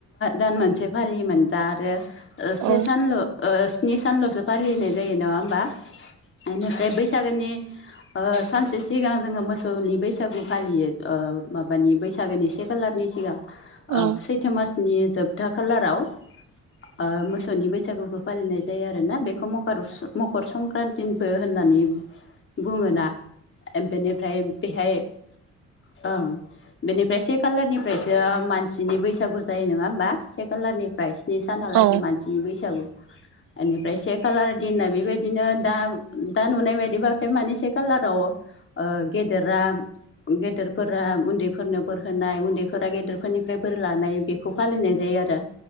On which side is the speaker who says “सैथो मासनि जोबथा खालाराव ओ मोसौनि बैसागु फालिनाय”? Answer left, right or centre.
Left